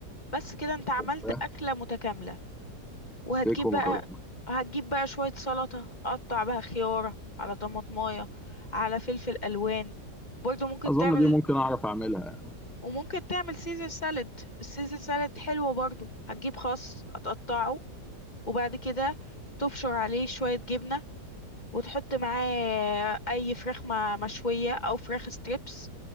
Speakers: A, on the left; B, in the centre.
A: بس كده أنت عملت
B: زبدة،
A: أكلة متكاملة، وهتجيب
B: ستيك ومكرونه
A: بقى هتجيب بقى شوية سَلطة، قطّع بقى خيارة، على طماطماية، على فلفل ألوان، وبرضه ممكن
B: اظن
A: تعمل
B: دي ممكن اعرف اعملها يعني.
A: وممكن تعمل Caesar salad، الCaesar salad حلو برضه، هتجيب خَس هتقطّعه، وبعد كده تبشر عليه شوية جبنة وتحط معاه أي فراخ م- مشوية أو فراخ ستريبس